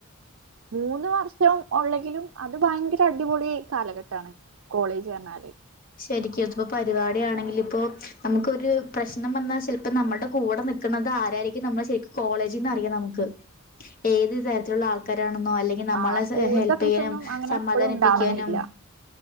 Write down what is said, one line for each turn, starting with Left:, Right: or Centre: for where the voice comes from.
Right: മൂന്ന് വർഷം ഉള്ളെങ്കിലും അത് ഭയങ്കര അടിപൊളി കാലഘട്ടാണ് കോളേജ് പറഞ്ഞാല്
Left: ശരിക്കും ഇപ്പോ പരിപാടിയാണെങ്കിൽ ഇപ്പോ നമുക്കൊരു പ്രശ്നം വന്നാൽ ചിലപ്പോ നമ്മുടെ കൂടെ നിക്കണത് ആരായിരിക്കും നമ്മളെ ശരിക്കും കോളേജിൽ നിന്ന് അറിയാം നമുക്ക് ഏത് തരം ത്തിലുള്ള ആൾക്കാരാണെന്നോ അല്ലെങ്കിൽ നമ്മളെ
Right: ആ സ്കൂളത്തെ
Left: ഹെൽപ്
Right: ഫ്രണ്ട്സ്
Left: ചെയ്യാനും
Right: ഒന്നും അങ്ങനെ
Left: സമാധാനിപ്പിക്കാനും
Right: എപ്പോഴും ഉണ്ടാവണമെന്നില്ല